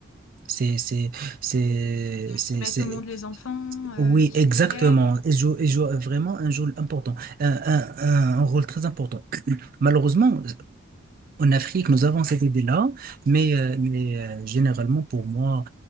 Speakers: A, on the right (about 45°); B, on the left (about 80°).
A: C'est,
B: Oui,
A: c'est, c'est,
B: c'est elles
A: c'est,
B: qui mettent
A: c'est-
B: au monde les enfants, euh,
A: Oui,
B: qui
A: exactement.
B: élèvent,
A: Elle joue, elle joue vraiment un rôle important, un, un un- un rôle très important. <clears throat> Malheureusement, en Afrique, nous avons cette idée-là, mais, euh, mais euh, généralement, pour moi,